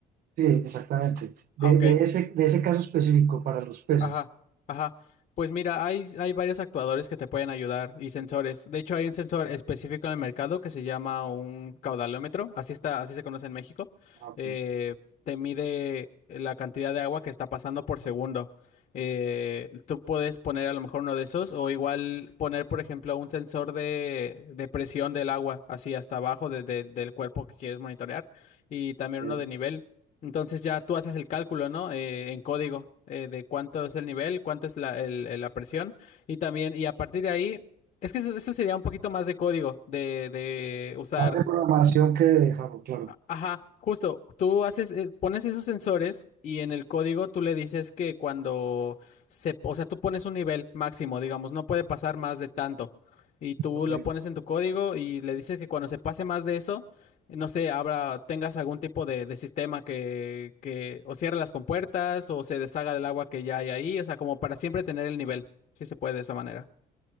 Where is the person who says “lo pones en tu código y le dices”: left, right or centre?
Left